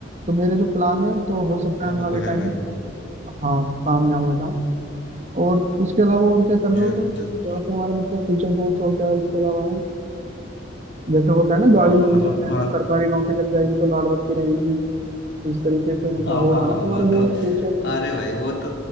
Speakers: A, on the right (about 40°); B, on the left (about 65°).
A: तो मेरे जो प्लान है तो हो
B: हाँ
A: सकता है आने
B: वो
A: वाले
B: तो है
A: टाइम
B: भाई
A: हाँ कामयाब हो जाऊं और उसके अलावा और क्या कर रहे
B: जरूर
A: हो तुम क्या
B: जरूर
A: तुम्हारे मतलब फ्यूचर गोल्स और क्या इसके अलावा है जैसे होता है ना
B: हाँ
A: गाड़ी लेनी
B: मतलब
A: है मैंने
B: हाँ,
A: सरकारी नौकरी लग जाएगी तो लाल बत्ती रहेगी इस तरीके से मतलब
B: हाँ
A: होगा
B: हाँ हाँ
A: ना तुम्हारा
B: वो तो
A: गोल्स फ्यूचर में
B: अरे भाई वो तो